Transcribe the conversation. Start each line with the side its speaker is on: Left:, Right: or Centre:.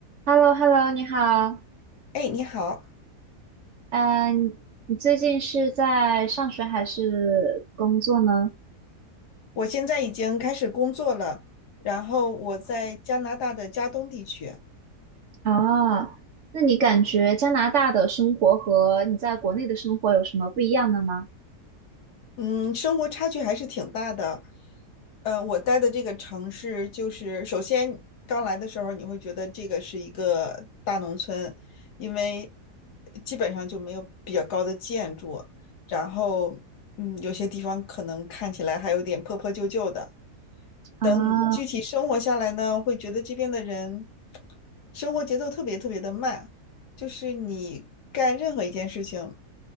Right: h e l l o h e l l o 你好，
Left: 哎，你好，
Right: 嗯、你你最近是在上学还是工作呢？
Left: 我现在已经开始工作了，然后我在加拿大的加东地区，
Right: 啊，那你感觉加拿大的生活和你在国内的生活有什么不一样的吗？
Left: 嗯，生活差距还是挺大的。呃，我待的这个城市，就是首先刚来的时候，你会觉得这个是一个大农村，因为基本上就没有比较高的建筑，然后嗯，有些地方可能看起来还有点破破旧旧的。
Right: 啊，
Left: 等具体生活下来呢，会觉得这边的人生活节奏特别特别的慢，就是你干任何一件事情，